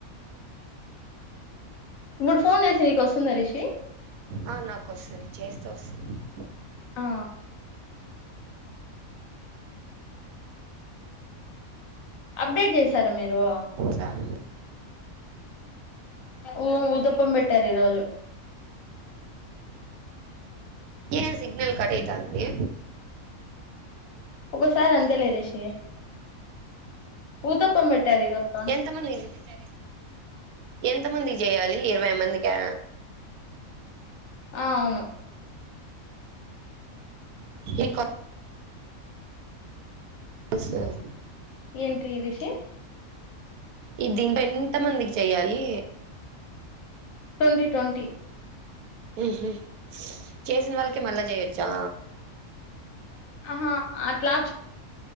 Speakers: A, on the left (about 70°); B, on the right (about 85°).
A: ఇప్పుడు ఫోన్ జేస్తే నీకు వస్తుందా రిషి
B: ఆ నాకు వస్తది చేస్తే వస్తది <inaudible>
A: ఆ అప్డేట్ జేసారా మీరు
B: చ
A: ఊ ఊదపంబెట్టారు ఈ రోజు
B: ఏం సిగ్నల్ కట్టైతోంది
A: ఒకసారి అంతేలే రిషి ఊతప్పం పెట్టారు ఈ రోజు
B: ఎంత మంది ఎంత ఎంతమందికి జేయాలి ఇరవై మందికా
A: ఆవును
B: ఏ కొ సా <inaudible>
A: ఏంటి రిషి
B: ఈ దీనిపై ఎంత మందికి చేయ్యాలి
A: ట్వంటీ ట్వంటీ
B: హుహూ చేసిన వాళ్ళకే మళ్ళా చేయొచ్చా
A: హా అట్లా